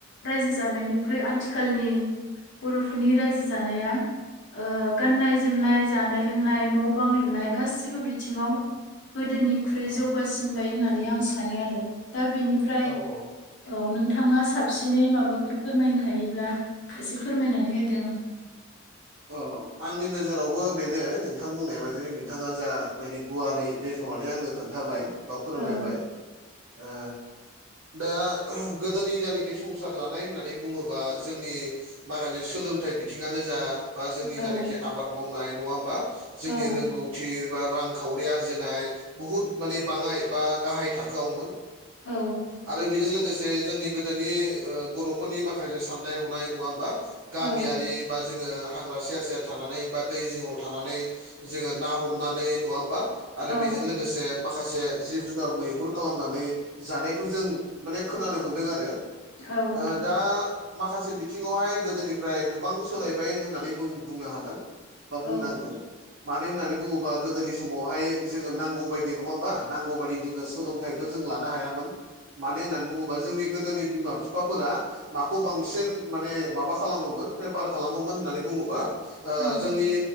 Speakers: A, on the left; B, on the right.
A: रायजो जानायनिख्रुइ आथिखालनि, बर'फोरनि रायजो जानाया गाननाय जोमनाय जानाय लोंनाय न' बां लुनाय गासिबो बिथिङाव गोदोनिख्रुइ
B: औ
A: जौगासिनबाय होननानै आं सानो आरो दा बिनिफ्राय
B: औ औ
A: औ नोंथाङा साबसिनै माबाफोर फोरमायनो हायोब्ला एसे फोरमायनानै होदो आं
B: अ आंनि नोजोरावबो बेनो नोंथां बुंनाय बायदिनो नोंथाङा जाबायदि गुवारै बेखवनानै आंनो खोन्थाबाय बा फोरमायबाय
A: औ
B: ओ दा गोदोनि जानेखि संसार जानाय होननानै बुङोबा जोंनि माखासे सोलोंथाइ बि थिंनो जा बा जोंनि
A: औ
B: जानेखि आबाद मावनाय नङा होमबा जोंनि
A: औ
B: रोंगौ थि बा रांखावरि आरजिनाय बुहुत माने बाङाय बा गाहाय थाखोआवमोन
A: औ
B: आरो बेजों लोगोसे जोंनि गोदोनि ओ बर'फोरनि माखासे साननाय हनाय नङा होमबा गामियारि
A: औ
B: बा जोङो हाग्रा सेर सेर थानानै बा दै जिंआव थानानै जोङो ना हमनानै नङा होमबा आरो
A: औ
B: बेजों लोगोसे माखासे जिब जुनार मैहुर खालामनानै जानायखौ जों माने खोनानो मोनदों आरो
A: औ
B: ओ दा माखासे बिथिङावहाय गोदोनिफ्राय गोबां सोलायबाय होननानै बुं-बुंनो हागोन बा
A: औ
B: बुंनांगोन मानो होननानै बुङोबा गोदोनि समावहाय जोङो नांगौ बायदि नङा होमबा नांगौ बादि जोङो सोलोंथाइबो जों लानो हायामोन मानो होननानै बुङोबा जोंनि गोदोनि बिमा बिफाफोरा माखौ बांसिन माने माबा खालामोमोन बेफार खालामोमोन होननानै बुङोबा ओ
A: औ
B: जोंनि